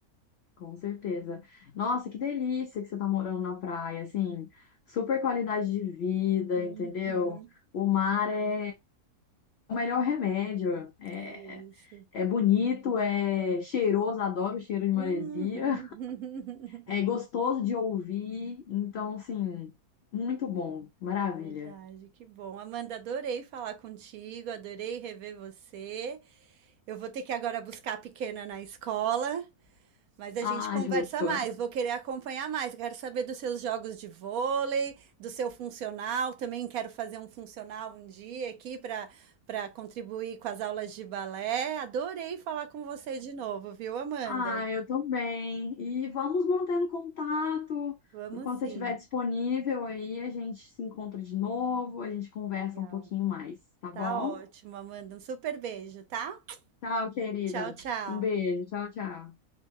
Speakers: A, on the left; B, on the right.
A: com certeza. Nossa, que delícia que você tá morando na praia, assim, super qualidade de vida,
B: Uhum,
A: entendeu? O mar é o melhor remédio. é,
B: é isso.
A: É bonito, é cheiroso, adoro o cheiro de
B: Uhum.
A: maresia.
B: <laughs>
A: É gostoso de ouvir, então, assim, muito bom, maravilha.
B: É verdade, que bom. Amanda, adorei falar contigo, adorei rever você. Eu vou ter que agora buscar a pequena na escola, mas a
A: Ah,
B: gente conversa
A: Ju, gostou.
B: mais. Vou querer acompanhar mais. Quero saber dos seus jogos de vôlei, do seu funcional. Também quero fazer um funcional um dia aqui para para contribuir com as aulas de balé. Adorei falar com você de novo, viu, Amanda?
A: Ah, eu também. E vamos mantendo contato.
B: Vamos
A: Quando
B: sim.
A: você estiver disponível aí, a gente se encontra de novo, a gente conversa
B: Legal.
A: um pouquinho mais, tá bom?
B: Tá ótimo, Amanda. Um super beijo, tá?
A: Tchau, querida.
B: Tchau, tchau.
A: Um beijo. Tchau, tchau.